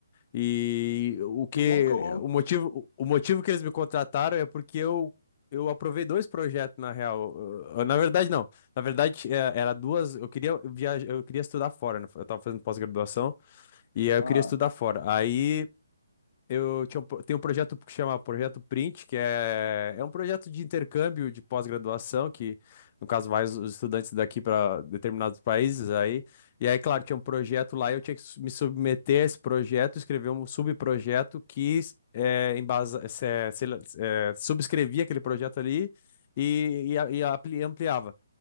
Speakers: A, on the left; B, on the left.
A: e o que
B: Que bom que colou.
A: o motivo, o motivo que eles me contrataram é porque eu eu aprovei dois projetos na real. Eu- eu- Na verdade não. Na verdade é, era duas, eu queria viajar, eu queria estudar fora, né? Eu tava fazendo pós-graduação e aí
B: Aham,
A: eu queria estudar fora. Aí eu tinha um, pro- tem um projeto que chama Projeto Print, que é, é um projeto de intercâmbio de pós-graduação, que no caso vai os os estudantes daqui para determinados países aí. E aí, claro, tinha um projeto lá, e eu tinha que su- me submeter a esse projeto, escrever um subprojeto que é, embasa, se- se- é, subscrevia aquele projeto ali e, e, a- e apli- ampliava.